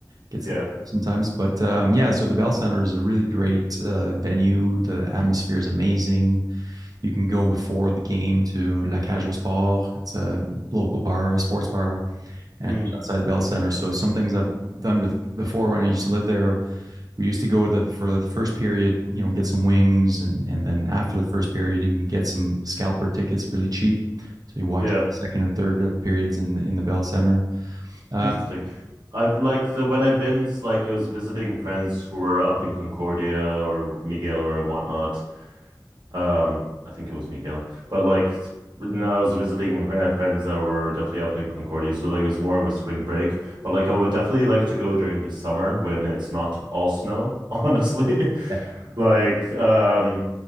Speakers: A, on the right (about 55°); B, on the right (about 75°).
A: Gets
B: Yeah.
A: sometimes, but um, yeah. So the Bell Center is a really great uh, venue. The atmosphere is amazing. You can go before the game to La Cage au Sport. It's a local bar, a sports bar and
B: Mm,
A: outside the Bell Center. So some things I've done bef- before when I used to live there, we used to go to the for the first period, you know, get some wings, and and then after the first period, you can get some scalper tickets really cheap. So you watch
B: yeah.
A: second and third periods in in the Bell Center. Um,
B: Interesting. I've like the when I've been s- like I was visiting friends who were up in Concordia or Miguel or whatnot. Um, I think it was Miguel, but like th- when I was visiting fr- uh, friends that were definitely up in Concordia, so like it was more of a spring break. But like I would definitely like to go during the summer when it's not all snow, <laughs> honestly.
A: yeah.
B: Like um,